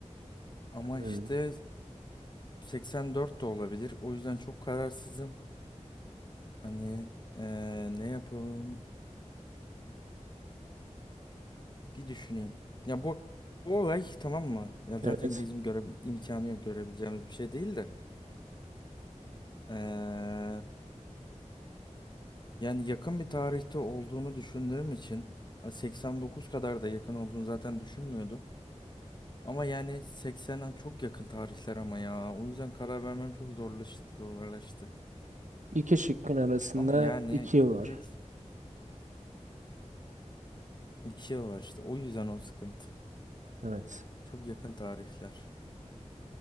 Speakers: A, on the left; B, on the right.
A: Ama işte
B: Hmm.
A: 84 de olabilir. O yüzden çok kararsızım. Hani ee, ne yapalım? Bir düşüneyim. Ya bu bu olay tamam mı? Ya zaten
B: Evet.
A: gezim göre imkanı yok görebileceğimiz bir şey değil de. Ee, yani yakın bir tarihte olduğunu düşündüğüm için ha, 89 kadar da yakın olduğunu zaten düşünmüyordum. Ama yani 80'e çok yakın tarihler ama ya. O yüzden karar vermem çok zorlaştı, zorlaştı.
B: İki şıkkın arasında
A: Ama yani
B: iki yıl var.
A: büyük iki yıl var işte. O yüzden o sıkıntı.
B: Evet.
A: Çok yakın tarihler.